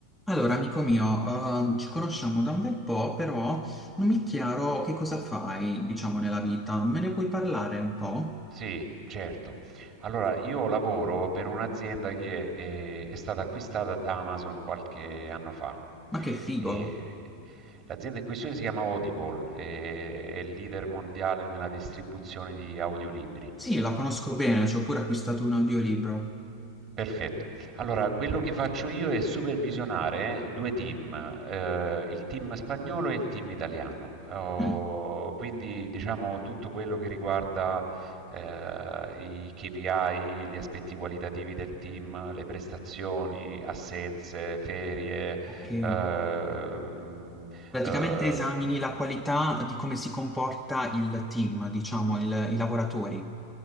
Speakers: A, in the centre; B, on the right.
A: Allora, amico mio, eh, ci conosciamo da un bel po', però non mi è chiaro che cosa fai, diciamo, nella vita. Me ne puoi parlare un po'?
B: Sì, certo. Allora, io lavoro per un'azienda che eh, è, stata acquistata da Amazon qualche anno fa.
A: Ma che figo!
B: E l'azienda in questione si chiama Audible, eh, è il leader mondiale nella distribuzione di audiolibri.
A: Sì, la conosco bene, ci ho pure acquistato un audiolibro.
B: Perfetto. Allora, quello che faccio io è supervisionare due team, eh, il team spagnolo e il team italiano. Oh,
A: Mm,
B: quindi, diciamo, tutto quello che riguarda eh, i KPI, gli aspetti qualitativi del team, le prestazioni, assenze, ferie,
A: ok.
B: eh, mm,
A: Praticamente
B: eh,
A: esamini la qualità di come si comporta il team, diciamo, il- i lavoratori.